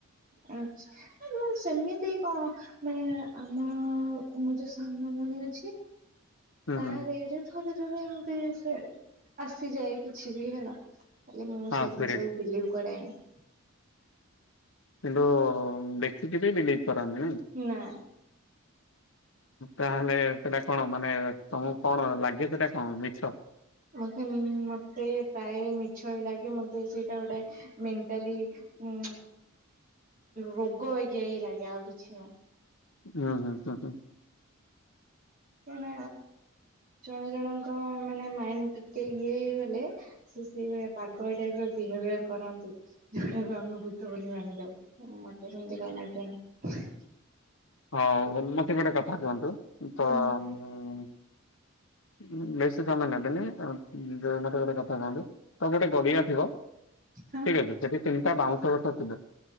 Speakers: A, on the right; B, on the left.
A: ଆଛା ମୁଁ ସେମିତି କଣ ମାନେ ଆମ-ଅ-ଅ-ଅ ମୁଁ ଯୋଉ ସାମ ଭଉଣୀ ଅଛି।
B: ହୁଁ
A: ତାଦେହ
B: ହୁଁ
A: ରେ ଥରେ ଥରେ ଏମିତି ସେ ଆସିଯାଏ କିଛି ବି ହେଲା। ହେଲେ ମୁଁ
B: ହଁ
A: ସେ
B: ସ୍ପିରିଟ
A: ଜିନିଷକୁୁ ବିଲିଭ କରେନି।
B: କିନ୍ତୁ-ଉ-ଉ-ଉ-ଉ ଦେଖିକିରି ବିଲିଭ କରନି ନାଇଁ।
A: ନା।
B: ତାହେଲେ ସେଟା କଣ ମାନେ ତମକୁ କଣ ଲାଗେ ସେଟା କଣ ମିଛ?
A: ମତେ ମତେ ପ୍ରାୟ ମିଛ ହି ଲାଗେ ମତେ ସେଇଟା ଗୋଟେ ମେଣ୍ଟାଲି ହୁଁ। ରୋଗ ହେଇକି ଏଇ ଲାଗି ଆଉ କିଛି ନୁହଁ।
B: ଉଁ ହୁଁ ହୁଁ ହୁଁ।
A: କଣ ଜଣେ ଜଣଙ୍କ ମାନେ ମାଇଣ୍ଡ ଟିକେ ଇଏ ହେଇଗଲେ ସେ ସେଭଳିଆ ପାଗଳ ଟାଇପ୍ ର ବିହେଭିୟର କରନ୍ତି। ଯଉଟାକୁ ଆମେ ଭୂତ ବୋଲି ମାନି ଥାଉ। ଆକୁ ଯେମିତି କଣ ଆପଣ
B: ହଉ ମତେ ଗୋଟେ କଥା କୁହନ୍ତୁ।
A: ହୁଁ
B: ତ ମୁଁ ବେଶୀ ସମୟ ନେବେନି। ଉଁ ଯୋଉ ମତେ ଗୋଟେ କଥା କୁହନ୍ତୁ, ତ ଗୋଟେ ଗଡିଆ ଥିବ।
A: ହଁ
B: ଠିକ ଅଛି। ସେଠି ତିନିଟା ବାଉଁଶ ଗଛ ଥିବ।